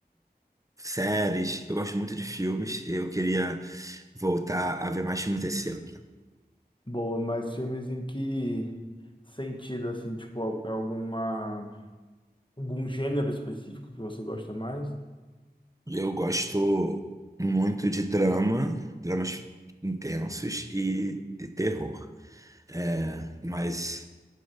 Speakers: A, on the right; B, on the left.
A: séries. Eu gosto muito de filmes. Eu queria voltar a ver mais filmes esse ano. tá?
B: Boa, mas filmes em que sentido, assim, tipo, al- é alguma, algum gênero específico que você gosta mais?
A: Eu gosto muito de drama, dramas intensos e, e terror. É, mas